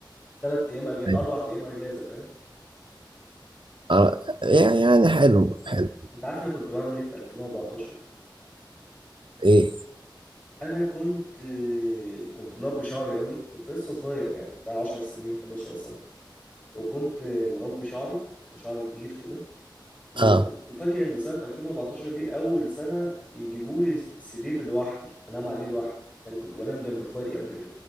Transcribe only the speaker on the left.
ثلاث ايام أجا...
اربع ايام اجازه فاهم
انت عارف انا كنت بعمل ايه في 2014
انا كنت كنت مربي شعري قوي كنت لسه صغير يعني بتاع 10 سنين 11 سنة وكنت مربي شعري كان شعري كبير كده و-
وفاكر ان سنة 2014 دي اول سنة يجيبوا لي سرير لوحدي انام عليه لوحدي لان كنت بنام جنب اخواتي قبل كده